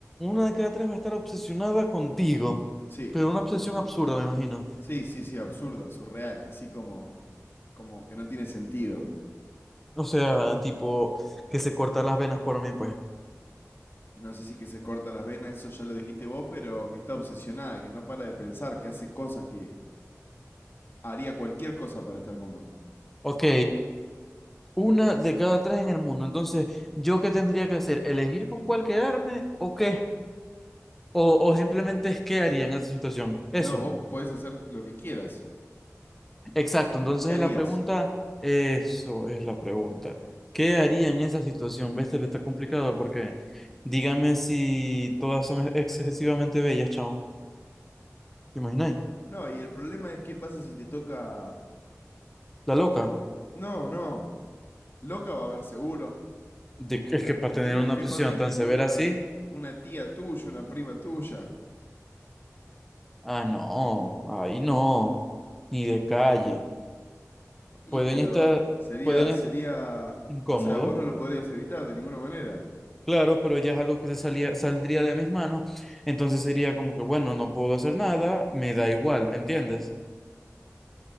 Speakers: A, in the centre; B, on the left.
A: Una de cada tres va a estar obsesionada contigo.
B: Sí,
A: Pero una obsesión absurda, me imagino.
B: sí, sí, sí, absurda, surreal, así como, como que no tiene sentido.
A: O sea, tipo, que se corta las venas por mí, pues.
B: No sé si que se corta las venas, eso ya lo dijiste vos, pero que está obsesionada, que no para de pensar, que hace cosas que haría cualquier cosa para estar con vos.
A: Ok. Una de cada tres en el mundo. Entonces, ¿yo qué tendría que hacer? ¿Elegir con cuál quedarme o qué? O, o simplemente es qué haría en esa situación.
B: No,
A: Eso,
B: vos podés hacer lo que quieras.
A: exacto. Entonces,
B: ¿Qué harías?
A: la pregunta, eso es la pregunta. ¿Qué haría en esa situación? ¿Ves? Le está complicado porque dígame si todas son ex- excesivamente bellas, chao. ¿Te imagináis?
B: No, y el problema es qué pasa si te toca,
A: La
B: no
A: loca.
B: sé. No, no. Loca va a haber seguro.
A: De- es que para
B: El
A: tener
B: tema
A: una
B: es qué
A: obsesión
B: pasa si
A: tan
B: te
A: severa
B: toca una,
A: así,
B: una tía tuya, una prima tuya.
A: ah, no, ahí no, ni de calle.
B: Y
A: Pueden
B: pero
A: estar,
B: sería,
A: pueden estar
B: sería,
A: incómodos
B: o sea, vos no lo podrías evitar de ninguna manera.
A: Claro, pero ya es algo que se salía, saldría de mis manos, entonces sería como que, bueno, no puedo hacer nada, me da igual, ¿entiendes?